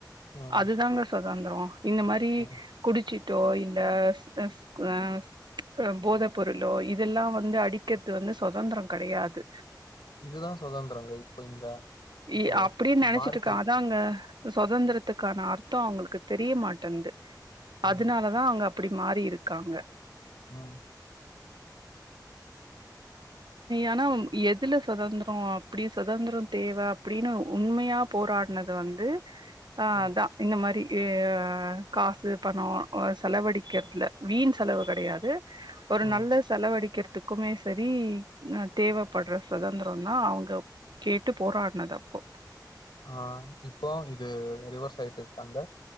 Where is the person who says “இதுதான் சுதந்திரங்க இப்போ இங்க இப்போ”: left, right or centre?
Left